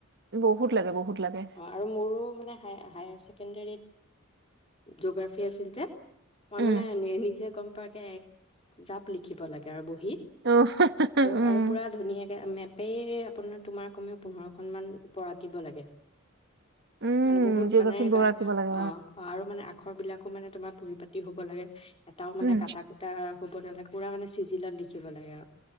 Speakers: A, on the right; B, on the left.
A: বহুত লাগে বহুত লাগে
B: অ আৰু মোৰো মানে। হায়া হায়াৰেছে ছেকেণ্ডৰ জিঅ'গ্ৰাফী আছিল যে। মই
A: উম
B: মানে নিজে গম। ে এক জাপ লিখিব লাগে আৰু বহি
A: অ
B: আৰু
A: উম
B: আৰু পুৰা ধুনীয়াকে। এপেই আপোনাৰ তোমাৰ কমেও পোন্ধৰখন মান ওপৰ আঁকিব লাগে
A: উম,
B: মানে বহুত
A: জিঅ'গ্ৰাফিত
B: বনাই
A: বৌ
B: ক
A: ৰাখিব লাগে
B: অ অ আৰু মানে আাখৰ বিলাকো মানে তোমাৰ পৰিু পাতি হ'ব লাগে। এটাও মানে
A: উম।
B: কটা কুটা। হ'ব নালাগে পূৰা মানে চিজিলত লিখিব লাগে আৰু।